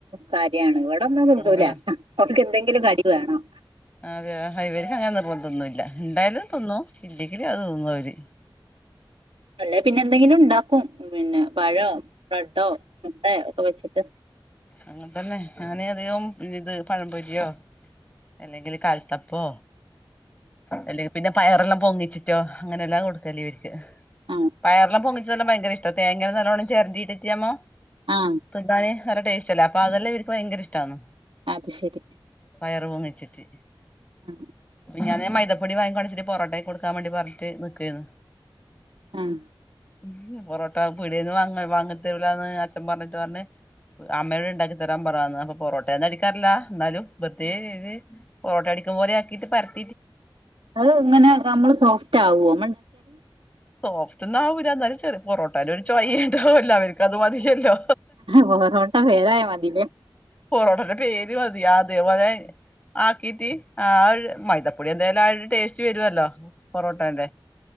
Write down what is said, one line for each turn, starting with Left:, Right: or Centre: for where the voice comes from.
Right: കാര്യാണ് ഇവ് ടൊന്നും തിന്തൂലാ
Left: അതെ
Right: ആഹ് മക്കക്ക് എന്തെങ്കിലും കടി വേണം
Left: അതെയാ ഹാ ഇവര്ക്ക് അങ്ങനെ നിർബന്ധോന്നുല്ല ഇണ്ടായാലും തിന്നും ഇല്ലങ്കില് അത് തിന്നും അവര്.
Right: അല്ലെ പിന്നെ എന്തെങ്കിലും ണ്ടാക്കും. പിന്നെ പഴോ ബ്രഡോ മുട്ടയ ഒക്കെ വെച്ചിട്ട്.
Left: അങ്ങനട്ട തന്നെ ഞാനെ അധികം ഇത്- പഴപൊരിയോ അല്ലെങ്കിൽ കാൽത്തപ്പോ അല്ലെങ്കിപിന്നെ- പയർറെല്ലാം പൊങ്ങിച്ചിട്ടോ അങ്ങനെല്ലാം കൊടുക്കല്ല ഇവർക്ക്
Right: ആ
Left: പയറല്ലാപോങ്ങിച്ചത് എല്ലാം ഭയങ്കര ഇഷ്ടണ്. റ്റ തേങ്ങ നല്ലോണ്ണം ചേരണ്ടിട്ടിറ്റാമ്മോ
Right: ആ ആ
Left: പന്താന്. നല്ല ടേസ്റ്റ്ല്ല അപ്പൊ അതല്ല എനിക്ക് ഭയങ്കര ഇഷ്ടമാണ്.
Right: അത് ശരി
Left: പയർ പൂങ്ങിച്ചിട്ടി.
Right: ആ
Left: ഞാൻ മൈദപ്പൊടി വാങ്ങിക്കോണെച്ചിട്ട പൊറോട്ടയും കൊടുക്കാൻ വേണ്ടി പറഞ്ഞിട്ട് നിക്കുവായിനി.
Right: ആഹ്
Left: ഉ പൊറോട്ട പിടന്ന് വാ വാങ്ങത്തെല്ലന്ന് അച്ഛൻ പറഞ്ഞിട്ട് പറഞ്ഞഞ്. അമ്മയോട് ണ്ടാക്കി തരാൻ പറന്ന് അപ്പൊ പൊോട്ടയന്നും അടിക്കാറില്ല എന്നാലും ബത്തി പൊറോട്ട - കുമോയാക്കി പര -
Right: അത് ഇങ്ങനെ നമ്മള് സോഫ്റ്റ് ആവ
Left: സോഫ്റ്റ് ഒന്നും ആവുല്ല ന്നാലും ചെറിയ പൊറട്ടന്റെയൊരു ചോയ - ഇല്ല അവനക്ക് അത് മതിയല്ലോ.
Right: പൊറോട്ട പേരായ മതില്ലേ
Left: പൊറോട്ടന്റെ പേര് - അ അതെ അതെ ആക്കീട്ട് ആ മൈതപ്പൊടി എന്തായാലും പൊറോട്ടന്റെ.